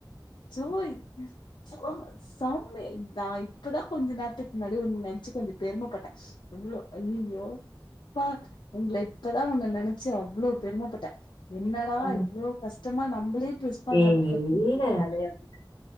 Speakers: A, on the left; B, on the left.
A: சொவோய் சா செம்மேய் நான் இப்பதான் கொஞ்சோ நேரத்துக் முன்னாடி உன்ன நினச்சு கொஞ்சோ பெருமப்பட்டன் எவ்ளோ ஐய்ஐய்யோ பா உங்கள இப்பதான் ஒன்னு நனச்சு அவ்ளோ பெருமப்பட்டன் என்னடா
B: ம்.
A: இவ்ளோ கஷ்டமா நம்ளே டுஸ் பண்ணறளவுக்கு
B: ஏய்
A: கோஸ்டின்
B: இல்ல.
A: கேக்குறாலே அப்டினு